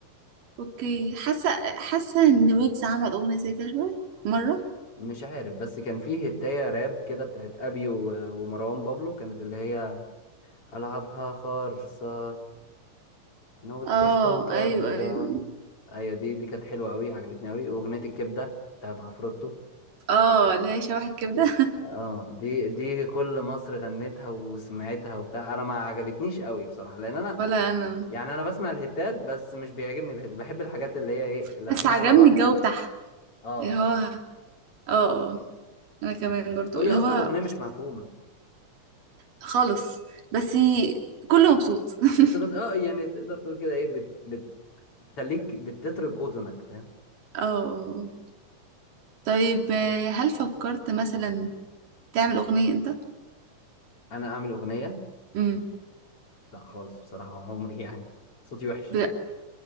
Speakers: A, on the right; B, on the left.
A: اوكي حاسه حاسه ان ويجز عمل اغنيه زي كده شويه مره
B: مش عارف بس كان فيه هتايه راب كده بتاعت ابي و... ومروان بابلو كانت اللي هي ألعبها خالصة أنا والكشف
A: اه
B: مطر
A: ايوه
B: ده
A: ايوه
B: أيوة دي دي كانت حلوة أوي عجبتني أوي وأغنية الكبدة بتاعت عفروتو
A: اه اللي هي شبح الكبده
B: اه دي دي كل مصر غنتها وسمعتها وبتاع أنا ما عجبتنيش أوي بصراحة لأن أنا
A: <laughs> ولا انا
B: يعني أنا بسمع الهيتات بس مش بيعجبني الهيت بحب الحاجات اللي هي إيه اللي
A: بس
B: أسمعها
A: عجبني
B: أنا لوحدي
A: الجو بتاعها
B: اه
A: اللي هو اه آه، انا كمان برضو
B: هي
A: اللي
B: أصلا
A: هو
B: الأغنية مش مفهومة
A: خالص بس كله مبسوط <laughs>
B: بس بت... اه يعني تقدر تقول كده إيه بت... بت- بتخليك بتطرب أذنك فاهم
A: اه آه. طيب آه، هل فكرت مثلا تعمل أغنية أنت؟
B: أنا أعمل أغنية
A: امم
B: لا خالص بصراحة عمري يعني صوتي وحش
A: ب...